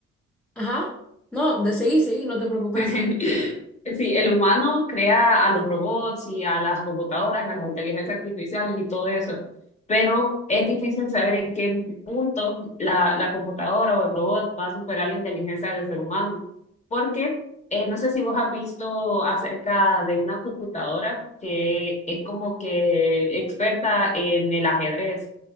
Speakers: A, in the centre; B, on the left.
A: ajá. No, de seguí, seguí, no te preocupes.
B: <laughs> Sí, el humano crea a los robots y a las computadoras, a las inteligencias artificiales y todo eso, pero es difícil saber en qué punto la, la computadora o el robot va a superar la inteligencia del ser humano, porque eh, no sé si vos has visto acerca de una computadora que es como que experta en el ajedrez